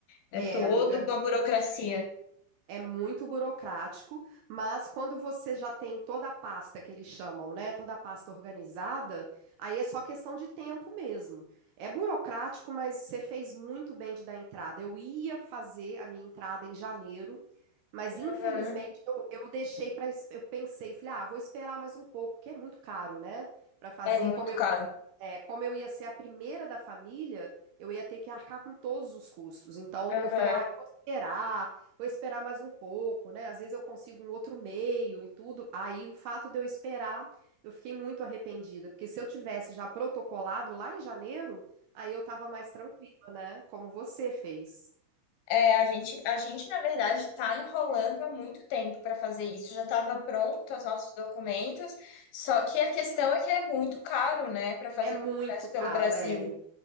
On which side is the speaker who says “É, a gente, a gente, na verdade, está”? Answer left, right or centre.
Left